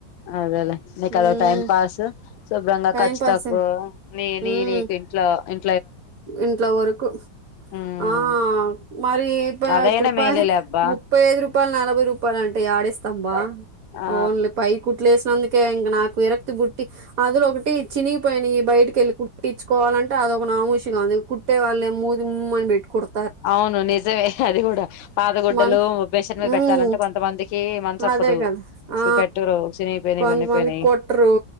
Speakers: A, on the left (about 80°); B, on the right (about 60°).
A: అదేలే నీకు
B: ఉమ్,
A: అదో టైంపాసు శుభ్రంగా
B: టైం
A: ఖర్చు
B: పాస్
A: తక్కువ నీ
B: ఉమ్,
A: నీయి నీకు ఇంట్లా ఇం
B: ఇంట్లో వరకు
A: ఉమ్
B: ఆ మరి ఇప
A: అదైనా
B: ఇప్పుడు
A: మేలేలే
B: పది
A: అబ్బా
B: ముప్పై ఐదు రూపాయలు నలభై రూపాయలు అంటే యాడిస్తాంబా
A: ఆ
B: ఓన్లీ పై కుట్లేస్ అందుకే ఇంగ నాకు విరక్తి బుట్టి అందులో ఒకటి చినిగిపోయినయి బయటికి వెళ్ళి కుట్టించుకోవాలంటే అది ఒక నాముషిగా ఉంది కుట్టే వాళ్ళే మూతి ఉమ్మని పెట్టి కుడ్
A: అవును నిజమే అది కూడా. పాతగుడ్డలు
B: మన
A: మిషన్ మీద
B: మ్మ్
A: పెట్టాలంటే కొంతమందికి కి మనసొప్పదు,
B: అదే కదా
A: అసలు
B: ఆ
A: పెట్టరు. సినగిపోయినయి,
B: కొంతమంది
A: వన్నెపోయినయి
B: కొట్టరు